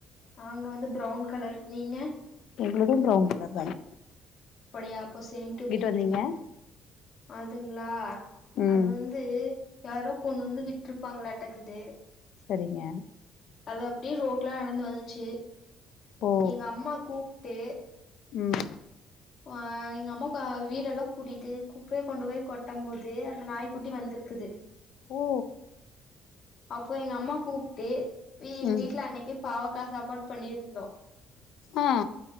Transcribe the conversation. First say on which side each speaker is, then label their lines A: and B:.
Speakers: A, on the left; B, on the left.
A: நாங்க வந்து ப்ரவுன் கலர் நீங்க
B: எங்களுது ப்ரவுன் கலர்தாங்
A: அப்படியா அப்போ சேம் டூ பின்ச்
B: வந்தீங்க
A: அதுங்ளா
B: ம்
A: அது வந் து யாரோ கொண்டு வந்து விட்ருப்பாங்ளாட்டக்கிது
B: செரிங்க
A: அது அப்டியே ரோட்ல நடந்து வந்துச்சி
B: ஓ
A: எங்க அம்மா கூப்ட்டு
B: ம்
A: ஆ எங்க அம்மாக்க வீடெல்லா கூட்டிட்டு குப்பைய கொண்டு போய் கொட்டம் போது அந்த நாய் குட்டி வந்திருக்குது
B: ஓ
A: அப்போ எங்க அம்மா கூப்ட்டு ஏ எங்க
B: ம்
A: வீட்ல அன்னைக்கே பாவக்கா சாப்பாடு பண்ணிருந்தோ
B: ஆ